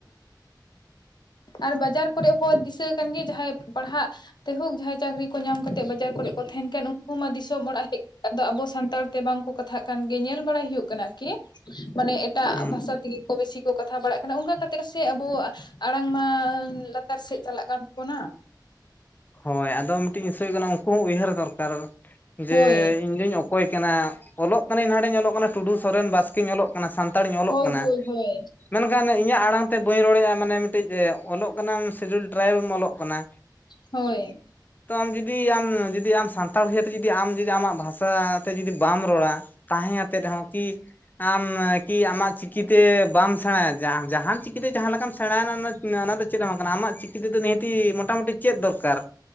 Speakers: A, on the left (about 70°); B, on the left (about 25°).
A: ᱟᱨ ᱵᱟᱡᱟᱨ ᱠᱚᱨᱮ ᱦᱚᱸ ᱫᱤᱥᱟᱹ ᱠᱟᱱ ᱜᱮ ᱡᱟᱦᱟᱸᱭ ᱯᱟᱲᱦᱟᱜ ᱛᱮ ᱦᱳᱠ ᱡᱟᱦᱟᱸᱭ ᱪᱟᱹᱠᱨᱤ ᱠᱚ ᱧᱟᱢ ᱠᱟᱛᱮᱫ ᱵᱟᱡᱟᱨ ᱠᱚᱨᱮᱜ ᱠᱚ ᱛᱟᱦᱮᱱ ᱠᱟᱱ ᱩᱱᱠᱩ ᱩᱱᱠᱩ ᱢᱟ ᱫᱤᱥᱚᱢ ᱚᱲᱟᱜ ᱦᱮᱡ ᱠᱟᱛᱮ ᱫᱚ ᱟᱵᱚ ᱥᱟᱱᱛᱟᱲ ᱛᱮ ᱵᱟᱝᱠᱚ ᱠᱟᱛᱷᱟᱜ ᱠᱟᱱ ᱜᱮ ᱧᱮᱞ ᱵᱟᱲᱟᱭ ᱦᱩᱭᱩᱜ ᱠᱟᱱᱟ᱾ ᱱᱚᱝᱠᱟ ᱟᱨᱠᱤ ᱢᱟᱱᱮ ᱮᱴᱟᱜ
B: ᱦᱩᱸ
A: ᱵᱷᱟᱥᱟ ᱛᱮ, ᱫᱤᱠᱩ ᱛᱮᱜᱮ ᱠᱚ ᱵᱮᱥᱤ ᱠᱚ ᱠᱟᱛᱷᱟ ᱵᱟᱲᱟᱜ ᱠᱟᱱᱟ ᱚᱱᱠᱟ ᱠᱟᱛᱮ ᱥᱮ ᱟᱵᱚᱣᱟᱜ ᱟᱲᱟᱝ ᱢᱟ ᱞᱟᱛᱟᱨ ᱥᱮᱫ ᱪᱟᱞᱟᱜ ᱠᱟᱱ ᱛᱟᱵᱚᱱᱟ᱾
B: ᱦᱳᱭ ᱟᱫᱚ ᱢᱤᱫᱴᱤᱡᱤᱥᱳ ᱠᱟᱱᱟ ᱩᱱᱠᱩ ᱦᱚᱸ ᱩᱭᱟᱦᱟᱹᱨ ᱫᱚᱨᱠᱟᱨ ᱡᱮ
A: ᱦᱳᱭ
B: ᱤᱧᱫᱳᱧ ᱚᱠᱚᱭ ᱠᱟᱱᱟ ᱚᱞᱚᱜ ᱠᱟᱱᱟᱱᱟᱹᱧ ᱦᱰᱮᱧ ᱚᱞᱚᱜ ᱠᱟᱱᱟ ᱴᱩᱰᱩ ᱥᱚᱨᱮᱱ ᱵᱟᱥᱠᱮᱧ ᱚᱞᱚᱜ ᱠᱟᱱᱟ ᱥᱟᱱᱛᱟᱲ ᱥᱛᱟᱲᱤᱧ ᱚᱞᱚᱜ
A: ᱦᱳᱭ
B: ᱠᱟᱱᱟ
A: ᱦᱳᱭ ᱦᱳᱭ
B: ᱢᱮᱱᱠᱷᱟᱱ ᱤᱧᱟᱹᱜ ᱟᱲᱟᱝ ᱛᱮ ᱵᱟᱹᱧ ᱨᱚᱲᱮᱫᱼᱟ ᱢᱟᱱᱮ ᱚᱞᱚᱜ ᱠᱟᱱᱟᱢ ᱥᱤᱰᱩᱞ ᱴᱨᱟᱭᱤᱵ ᱮᱢ ᱚᱞᱚᱜ ᱠᱟᱱᱟ
A: ᱦᱳᱭ
B: ᱛᱚ ᱟᱢ ᱡᱩᱫᱤ ᱟᱢ ᱡᱩᱫᱤ ᱟᱢ ᱥᱟᱱᱛᱟᱲ ᱤᱭᱟᱹᱛᱮ ᱡᱩᱫᱤ ᱟᱢ ᱡᱩᱫᱤ ᱟᱢᱟᱜ ᱵᱷᱟᱥᱟ ᱛᱮ ᱡᱩᱫᱤ ᱵᱟᱢ ᱨᱚᱲᱟ ᱛᱟᱦᱮᱸ ᱟᱛᱮ ᱦᱚᱸ ᱠᱤ ᱟᱢ ᱠᱤ ᱟᱢᱟᱜ ᱪᱤᱠᱤᱛᱮ ᱵᱟᱢ ᱥᱮᱬᱟᱭᱟ ᱡᱟᱦᱟᱱ ᱪᱤᱠᱤᱛᱮ ᱡᱟᱦᱟᱸ ᱞᱮᱠᱟᱢ ᱥᱮᱬᱟᱭᱱᱟ ᱚᱱᱟ ᱫᱚ ᱪᱮᱫ ᱦᱚᱸ ᱵᱟᱝ ᱠᱟᱱᱟ ᱟᱢᱟᱜ ᱪᱤᱠᱤ ᱛᱚ ᱱᱤᱦᱟᱹᱛᱤ ᱢᱚᱴᱟᱢᱩᱴᱤ ᱪᱮᱫ ᱫᱚᱨᱠᱟᱨ